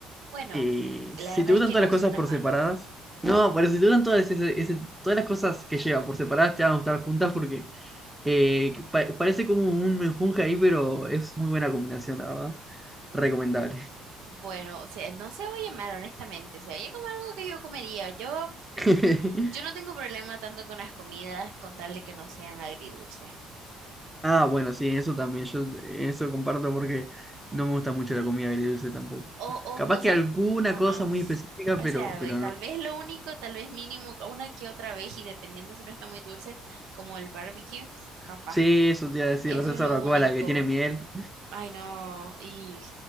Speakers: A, on the right (about 80°); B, in the centre.
A: Bueno,
B: eh,
A: la
B: si
A: verdad
B: te gustan
A: es que
B: todas
A: no
B: las cosas
A: suena
B: por
A: mal.
B: separadas, no, pero si te gustan todas, ese- ese- todas las cosas que lleva por separadas, te van a gustar juntas porque eh, que pa- parece como un menjunje ahí, pero es muy buena combinación, la verdad. Recomendable.
A: Bueno, o sea, no se oye mal, honestamente. Se oye como algo que yo comería. Yo,
B: <laughs>
A: yo no tengo problema tanto con las comidas, con tal de que no sean agridulces.
B: Ah, bueno, sí, eso también, yo en eso comparto porque no me gusta mucho la comida agridulce tampoco.
A: O, o
B: Capaz
A: cosas,
B: que alguna
A: no,
B: cosa
A: no.
B: muy específica,
A: O
B: pero,
A: sea,
B: pero
A: ve- tal
B: no.
A: vez lo único, tal vez mínimo, una que otra vez, y dependiendo si no está muy dulce, como el barbecue, capaz.
B: Sí, eso te iba a decir,
A: Eso
B: la salsa
A: es lo
B: barbacoa,
A: único.
B: la que tiene miel.
A: Ay, no, y